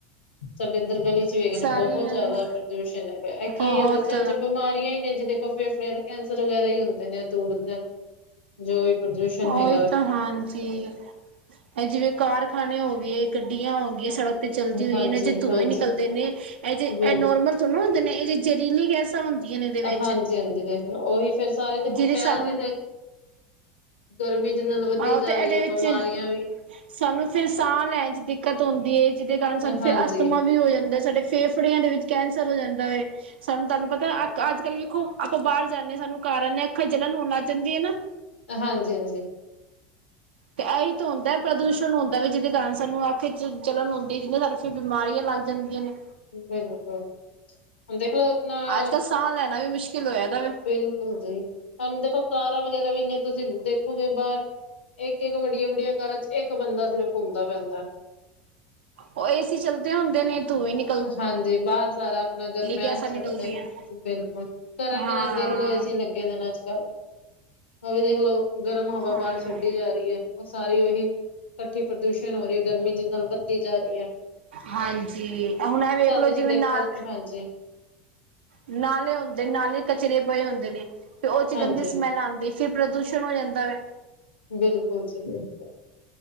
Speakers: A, on the left; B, on the right.
A: ਸਾਡੇ ਇੱਧਰ ਗਲੀ ਚ ਵੀ ਹੈਗੇ ਨੇ
B: ਸਾਰੀ
A: ਬੋਹਤ
B: ਇਹਨਾਂ
A: ਜਾਦਾ
B: ਨੇ
A: ਪ੍ਰਦੂਸ਼ਣ ਹੈਗਾ ਕੀ
B: ਬਹੁਤ
A: ਏਦੇ ਚ ਹਜੇ ਬਿਮਾਰੀਆਂ ਈ ਨੇ ਜੀ ਤਾਂ ਫੇਫੜਿਆਂ ਦੇ ਕੈਂਸਰ ਵਗੈਰਾ ਈ ਹੁੰਦੇ ਨੇ ਤੂੜਦੇ ਜੋ ਵੀ ਪ੍ਰਦੂਸ਼ਣ
B: ਉਹੀ
A: ਹੈ
B: ਤਾਂ ਹਾਂਜੀ ਐ ਜਿਵੇਂ ਕਾਰਖਾਨੇ ਹੋਗੇ, ਗੱਡੀਆਂ ਹੋਗੀਆਂ ਸੜਕ ਤੇ ਚਲਦੀ ਹੋਈ
A: ਹਾਂਜੀ
B: ਏਨਾ ਚ ਧੂੰਏ
A: ਹਾਂਜੀ
B: ਨਿਕਲਦੇ ਨੇ ਐ ਜੇ
A: ਬਿਲ
B: ਐ ਨੋਰਮਲ ਥੋੜਾ ਨਾ ਹੁੰਦੇ ਨੇ ਐਥੇ ਚ ਜ਼ਹਿਰੀਲੀ ਗੈਸ ਸਾਂ ਹੁੰਦੀਆਂ ਨੇ। ਇਹਦੇ ਵਿੱਚ
A: ਹਾਂਜੀ-ਹਾਂਜੀ ਦੇਖ ਓਹੀ ਫੇਰ ਸਾਰੇ ਦੇਖੋ
B: ਜਿਹੜੀ
A: ਫੈਲਜੇ
B: ਸਾਨੂੰ
A: ਤੇ ਗਰਮੀ ਜ ਨਾਲ ਵਧੀ
B: ਆਹੋ ਤੇ
A: ਜਾ ਰੀ
B: ਇਹਦੇ
A: ਐ
B: ਵਿੱਚ
A: ਬਮਾਰੀਆਂ ਵੀ।
B: ਸਾਨੂੰ ਫੇਰ ਸਾਹ ਲੈਣ ਚ ਦਿੱਕਤ ਹੁੰਦੀ ਏ ਜਿਦੇ ਕਾਰਨ ਸਾਨੂੰ ਫਿਰ
A: ਹਾਂਜੀ-ਹਾਂਜੀ,
B: ਅਸਥਮਾ ਵੀ ਹੋ ਜਾਂਦਾ ਸਾਡੇ ਫੇਫੜਿਆਂ ਦੇ ਵਿੱਚ ਕੈਂਸਰ ਹੋ ਜਾਂਦਾ ਏ ਸਾਨੂੰ ਤਾਨੂੰ ਪਤਾ ਅੱਜ-ਕੱਲ ਦੇਖੋ ਆਪਾਂ ਬਾਰ ਜਾਂਣੇ ਆ ਸਾਨੂੰ ਕਾਰ ਆਨੇ ਆ ਅੱਖਾਂ ਚ ਜਲਣ ਹੋਣ ਲੱਗ ਜਾਂਦੀ ਏ ਨਾ।
A: ਹਾਂਜੀ-ਹਾਂਜੀ।
B: ਤੇ ਐ ਈ੍ ਤੇ ਹੁੰਦੈ ਪ੍ਰਦੂਸ਼ਣ ਹੁੰਦਾ ਵੀ ਜਿਦੇ ਕਾਰਨ ਸਾਨੂੰ ਖ ਚ ਜਲਣ ਹੁੰਦੀ ਜਿਦੇ ਸਾਨੂੰ ਫਿਰ ਬਿਮਾਰੀਆਂ ਲੱਗ ਜਾਂਦੀਆਂ ਨੇ।
A: ਬਿਲਕੁਲ-ਬਿਲਕੁੱਲ ਹੁਣ ਦੇਖਲੈ ਨਾ
B: ਅੱਜ ਕੱਲ੍ਹ ਸਾਹ ਲੈਣਾ ਵੀ ਮੁਸ਼ਕਿਲ ਹੋਇਆ ਦਾ ਵੇ
A: ਬਿਲਕੁੱਲ ਜੀ। ਸਾਨੂੰ ਦੇਖੋ ਕਾਰਾਂ ਵਗੈਰਾ ਵੀ ਇੰਨਿਆ ਤੁਸੀਂ ਦੇਖੋਗੇ ਬਾਰ ਇੱਕ-ਇੱਕ ਵੱਡੀਆਂ-ਵੱਡੀਆਂ ਕਾਰਾਂ ਚ ਇੱਕ ਬੰਦਾ ਸਿਰਫ਼ ਘੁੰਮਦਾ ਪਿਆ ਹੁੰਦਾ।
B: ਓ ਏਸੀ ਚੱਲਦੇ ਹੁੰਦੇ ਨੇ ਤੂੰਏ ਨੀ
A: ਹਾਂਜੀ ਬਾਰ ਸਾਰਾ ਆਪਣਾ ਗਰਮੈਸ਼
B: ਗੈਸਾਂ ਨਿਕਲਦੀਆਂ
A: ਛੱਡਦੇ
B: ਨੇ
A: ਬਿਲਕੁੱਲ ਘਰਾਂ-ਘਰਾਂ
B: ਹਾਂ
A: ਚ ਦੇਖ ਲਓ ਏਸੀ ਲੱ ਗੇ ਦਿਨ ਅੱਜ-ਕੱਲ, ਆ ਵੀ ਦੇਖਲੋ ਗਰਮ ਹਵਾ
B: ਹਮ
A: ਬਾਰ ਛੱਡੀ ਜਾ ਰੀ ਐ। ਓ ਸਾਰੀ ਓਹੀ, ਇਕੱਠੀ ਪ੍ਰਦੂਸ਼ਣ ਹੋਰੀ ਐ ਗਰਮੀ ਦੇ ਨਾਲ ਵੱਧਦੀ ਜਾ ਰੀ ਐ।
B: ਹਾਂਜੀ ਆ ਹੁਣ, ਐਹ ਵੇਖਲੋ
A: ਤੁਸੀਂ
B: ਜਿਵੇ
A: ਦੇਖੋਗੇ
B: ਨਾਲ
A: ਹਾਂਜੀ
B: ਨਾਲੇ ਹੁੰਦੇ ਨਾਲੇ ਕਚਰੇ ਪਏ ਹੁੰਦੇ ਨੇ ਤੇ, ਉਹ 'ਚ
A: ਹਾਂਜੀ
B: ਗੰਦੀ ਸਮੈਲ ਆਦੀ ਫਿਰ ਪ੍ਰਦੂਸ਼ਣ ਹੋ ਜਾਂਦਾ ਵੇ।
A: ਬਿਲਕੁਲ ਜੀ ਬਿਲਕੁਲ